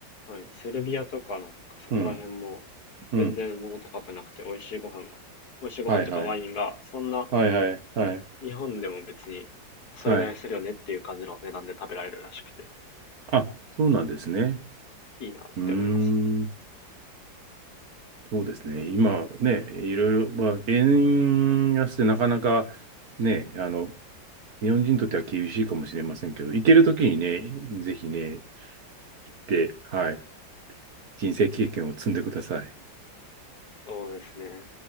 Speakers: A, on the left (about 55°); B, on the right (about 55°).
A: はい、セルビアとかなんかそこら辺も
B: うん。うん。
A: 全然物高くなくて美味しいご飯が、美味しいご飯とかワインがそんな
B: はいはい。はいはいはい。
A: 日本でも別にそれぐらいするよねっていう感じの値段で食べられるらしくて
B: はい。あ、そうなんですね。
A: いいなって思いますね。
B: うーん。そうですね。今ね、いろいろ、まあ、円安でなかなかね、あの、日本人にとっては厳しいかもしれませんけど、行けるときにね、ぜひね、行って、はい、人生経験を積んでください。
A: そうですね。